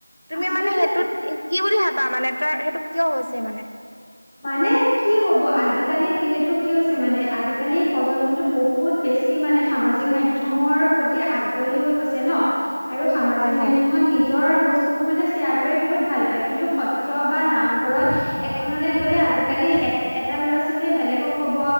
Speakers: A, on the left; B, in the centre.
A: তুমি
B: আচলতে
A: মানে সেইটোত কি বুলি ভাব বা মানে তাৰ সেইটো কিয় হৈছে মানে।
B: মানে, কি হ'ব আজিকালি যিহেতু কি হৈছে মানে আজিকালি প্ৰজন্মতটো বহুত বে বেছি মানে সামাজিক মাধ্যমৰ প্ৰতি আগ্ৰহী হৈ গৈছে ন! আৰু সামাজিক
A: হয় হয়
B: মাধ্যমত নিজৰ বস্তুবোৰ মানে শ্বেয়াৰ কৰি বহুত ভাল পায়, কিন্তু সত ত্ৰ, বা নামঘৰত এত <unintelligible> গ'লে আজি কালি এট এটা ল'ৰা-ছোৱালীয়ে বেলেগক ক'ব,